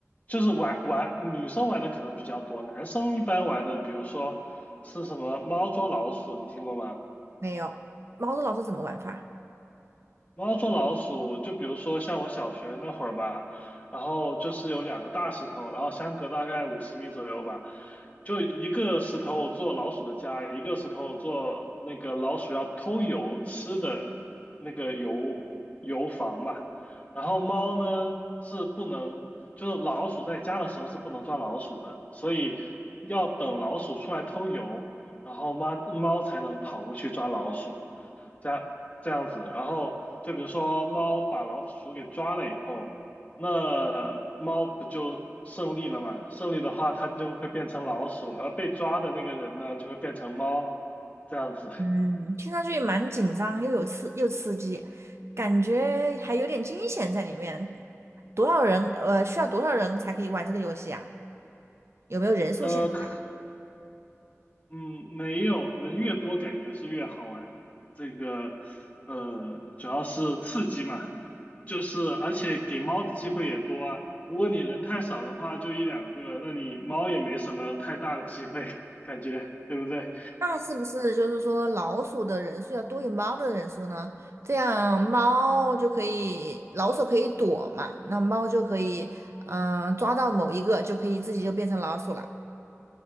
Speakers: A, on the left; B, on the right.
A: 就是玩玩女生玩的可能比较多，男生一般玩的比如说是什么猫捉老鼠，你听过吗？
B: 没有，猫豆老鼠怎么玩法？
A: 猫捉老鼠，就比如说像我小学那会儿吧，然后就是有两个大石头，然后相隔大概五十米左右吧，就一个石头做老鼠的家，一个石头做那个老鼠要偷油吃的那个油油房吧。然后猫呢是不能，就是老鼠在家的时候是不能抓老鼠的，所以要等老鼠出来偷油，然后猫猫才能跑过去抓老鼠。这样这样子，然后就比如说猫把老鼠给抓了以后，那猫不就胜利了嘛？胜利的话，它就会变成老鼠，而被抓的那个人呢，就会变成猫，这样子。
B: 嗯，听上去蛮紧张，又有刺又刺激，感觉还有点惊险在里面。多少人？呃，需要多少人才可以玩这个游戏啊？有没有人数限制？
A: 呃，可嗯，没有，人越多感觉是越好玩。这个，呃，主要是刺激嘛，就是而且给猫的机会也多啊。如果你人太少的话，就一两个，那你猫也没什么太大的机会，感觉，对不对？
B: 那是不是就是说老鼠的人数要多于猫的人数呢？这样猫就可以，老鼠可以躲嘛，那猫就可以，嗯、抓到某一个就可以自己就变成老鼠了。